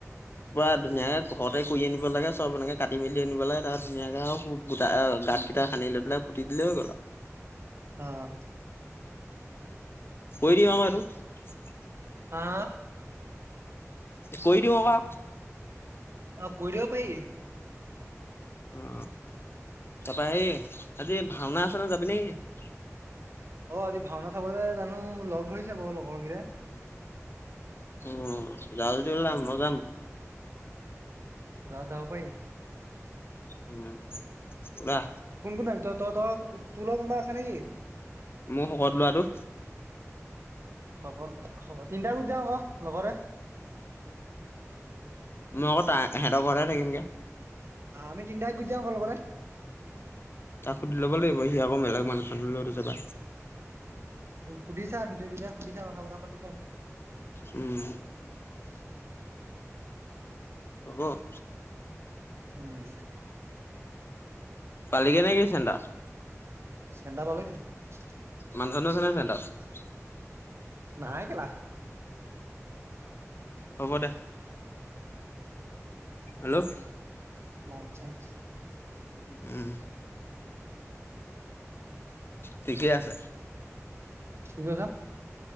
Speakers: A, on the left (about 45°); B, on the right (about 50°).
A: পুৰা ধুনীয়াকে ঘৰতে কৰি আনিব লাগে চব এনেকে কাটি মেলি আনিব লাগে তাৰ ধুনীয়াকে আৰু খোটা গাঁতকেইটা খানি লৈ পেলাই পুতি দিলেই হৈ গ'ল আৰু।
B: আহ!
A: কৰি দিয়ো আৰু এইটো।
B: হা?
A: কৈ দিওঁ ক।
B: অ কৰি দিব পাৰি।
A: অ তাৰপৰা এই তহঁতি আজি ভাওনা চাব যাবি নেকি?
B: অ আজি ভাওনা চাবলৈ জানো লগ ধৰিছে বাৰু লগৰ কেইটাই।
A: উম যাও যদি উলা মই যাম।
B: য যাব পাৰি।
A: উম বা!
B: কোন কোন হাবি ত ত তোৰ লগত কোনোবা আছে নেকি।
A: মোৰ শকত কৰাটো।
B: হব হব তিনটা গুচি যাাম আকৌ লগতে।
A: মই আকৌ সিহঁতৰ ঘৰত থাকিমগে।
B: আহ আমি তিনিটাই গুজি যাম আকে লগত এ।
A: তাক সুধি ল'ব লাগিব সি আকৌ বেলেগ মানুহৰ লগত যাবা
B: সুধিছা জুনে যায় সুধিছা কথা বতা পাতিছা।
A: উম!
B: <inaudible>
A: হব।
B: উম!
A: পালি কেনে কি চেন্টাৰ।
B: চেন্টাৰ পালিগে নেকি?
A: মানুহ চানুহ আছে নাই চেন্টাৰত?
B: নাই কেলা।
A: হ'ব দে। হেল্লৰ!
B: নন্সেন।
A: উম! ঠিকেই আছে।
B: কি কৈছ?